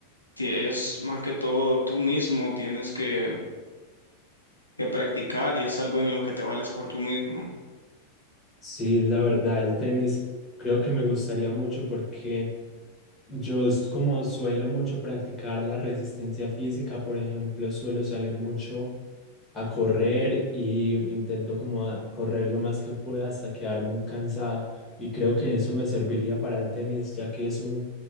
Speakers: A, on the left (about 80°); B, on the left (about 20°).
A: ti- es más que todo tú mismo, tienes que que practicar y es algo en lo que te vales por tú mismo.
B: Sí, la verdad, el tenis creo que me gustaría mucho porque yo s- como suelo mucho practicar la resistencia física, por ejemplo, suelo salir mucho a correr y intento como a correr lo más que pueda hasta quedar muy cansado. Y creo que eso me serviría para el tenis, ya que es un